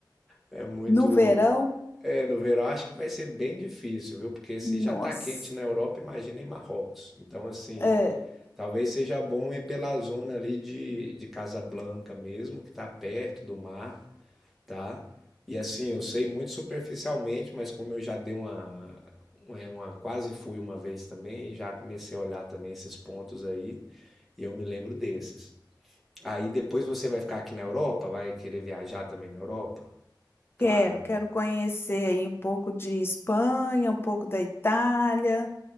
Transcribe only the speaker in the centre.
é muito,
é, no verão acho que vai ser bem difícil, viu? Porque se
já tá quente na Europa, imagina em Marrocos. Então, assim,
talvez seja bom ir pela zona ali de, de Casablanca mesmo, que tá perto do mar tá? E assim, eu sei muito superficialmente, mas como eu já dei uma, uma, uma- quase fui uma vez também, já comecei a olhar também esses pontos aí, e eu me lembro desses. Aí depois você vai ficar aqui na Europa, vai querer viajar também na Europa? Claro,
né?